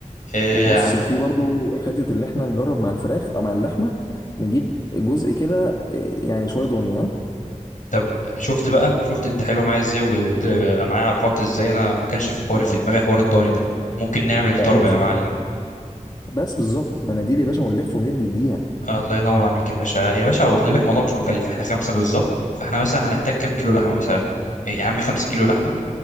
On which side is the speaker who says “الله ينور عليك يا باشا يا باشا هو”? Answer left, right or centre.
Left